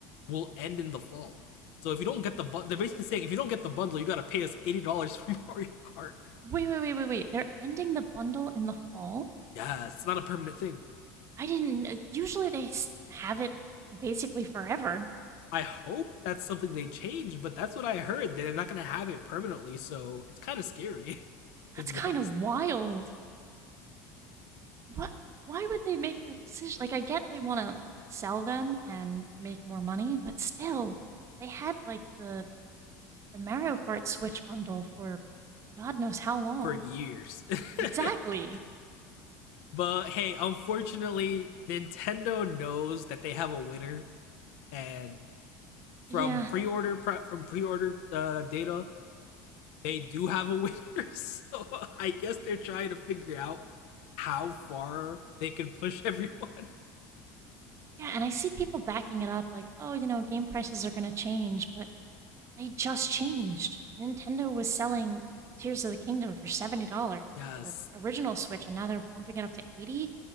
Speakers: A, on the left; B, on the right.
A: will end in the fall. So if you don't get the bu- they're basically saying if you don't get the bundle, you gotta pay us eighty dollars <laughs> for Mario Kart.
B: Wait, wait, wait, wait, wait. They're ending the bundle in the fall?
A: Yes, it's not a permanent thing.
B: I didn't. uh, Usually they have it basically forever.
A: I hope that's something they change, but that's what I heard. They're not gonna have it permanently, so it's kind of scary, <laughs> to
B: That's
A: be
B: kind
A: honest.
B: of wild. What? Why would they make that decision? Like, I get they want to sell them and make more money, but still, they had like the the Mario Kart Switch bundle for God knows how long.
A: For years. <laughs>
B: Exactly.
A: but hey, unfortunately, Nintendo knows that they have a winner, and from
B: Yeah.
A: pre-order pro- from pre-order uh, data they do have a winner, <laughs> so I guess they're trying to figure out how far they can push <laughs> everyone.
B: Yeah. And I see people backing it up, like, oh, you know, game prices are going to change, but They just changed. Nintendo was selling Tears of the Kingdom for $70
A: Yes,
B: for the original Switch, and now they're bumping it up to 80. dollars.